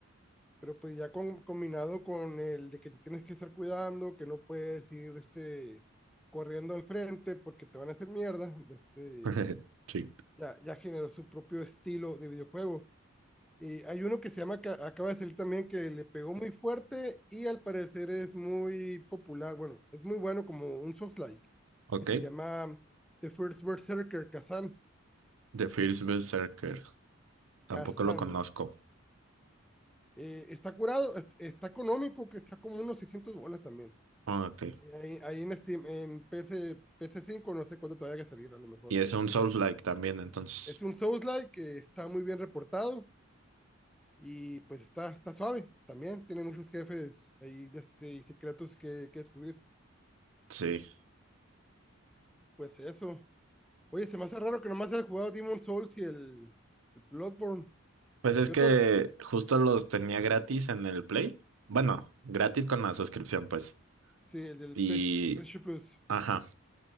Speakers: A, in the centre; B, on the right.
A: Pero pues ya con- combinado con el de que te tienes que estar cuidando, que no puedes ir este, corriendo al frente porque te van a hacer mierda. de Este,
B: <laughs> Sí.
A: ya, ya generó su propio estilo de videojuego. Y hay uno que se llama, que acaba de salir también, que le pegó muy fuerte y al parecer es muy popular. Bueno, es muy bueno como un soft like,
B: Ok.
A: que se llama The First Berserker, Kazan.
B: The First Berserker. Tampoco
A: Kazan.
B: lo conozco.
A: Eh, está curado, est- está económico, que está como unos 600 bolas también.
B: Ah, Ok.
A: Eh, Ahí, ahí en Steam, en P C P C cinco no sé cuánto todavía hay que salir, a lo mejor.
B: Y es un Souls-like también, entonces.
A: Es un Souls-like que está muy bien reportado y pues está, está suave también. Tiene muchos jefes ahí de este, y secretos que, que descubrir.
B: Sí.
A: Pues eso. Oye, se me hace raro que nomás haya jugado Demon's Souls y el, el Bloodborne.
B: Pues es
A: Yo
B: que
A: te,
B: justo los tenía gratis en el Play. Bueno, gratis con la suscripción, pues.
A: sí, el del
B: Y.
A: PS PS Plus.
B: Ajá.